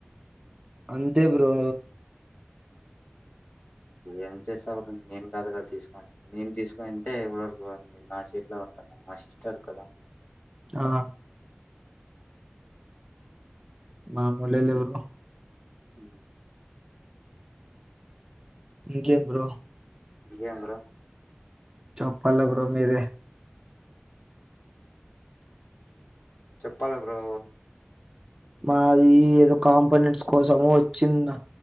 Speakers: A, on the right; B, on the left.
A: అంతే బ్రో
B: ఏం చేసావు నేను కాదు కా తీసుకోచ్చ నేను తీసుకోనింటే ఇప్పటివరకు ఉంది. నా చేతిలో ఉంటుంద. మా సిస్టర్ కు కదా
A: ఆ మామూలేలే బ్రో
B: హ్
A: ఇంకేం బ్రో
B: ఇంకేం బ్రో
A: చేప్పల్లే బ్రో మీరే
B: చెప్పాలే బ్రో
A: మాది ఏదో కాంపోనెంట్స్ కోసము వోచ్చిన్న